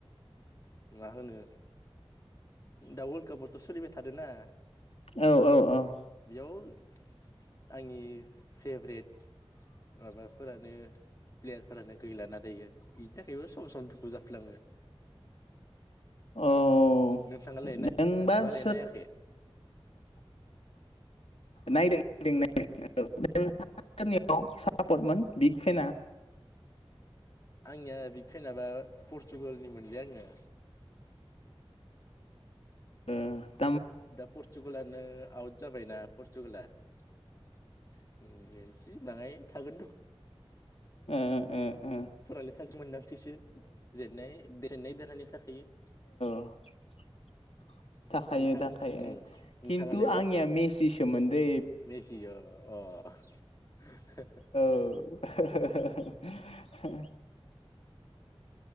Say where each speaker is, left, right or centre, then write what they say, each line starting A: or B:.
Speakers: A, on the left (about 35°); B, on the left (about 85°).
A: मा होनो दा वर्ल्ड कापआवथ' सोलिबाय थादों ना
B: औ औ औ
A: बेयाव आंनि फेभरेट माबाफोरानो प्लेयारफोरानो गै लाना दायो बिनि थाखायबो सम सम दुखु जाफुलाङो
B: औ
A: नोंथाङा ल
B: नोंबा
A: नोंथाङा लाय
B: सोर
A: नायाखै
B: नायदों दों नायदों औ नोंनियाव सापर्टमोन बिग फनाआ
A: आंनिया बिक फेनाबा पर्तुगालनिमोनलै आङो
B: ओ
A: दा परटूगालाआनो आवट जाबायना परतुगालास बाङाय थागोन र'
B: ओ ओ ओ
A: <unintelligible> थाखाय मोनदांथिसो जेननाय जेननाय देरहानाय थाखायो
B: <inaudible> थाखायो
A: नोंथाङा
B: थाखायो
A: उम नोंथाङालाय
B: खिन्थु
A: मा
B: आंनिया मेसिसोमोन दे
A: <unintelligible>
B: औ <unintelligible>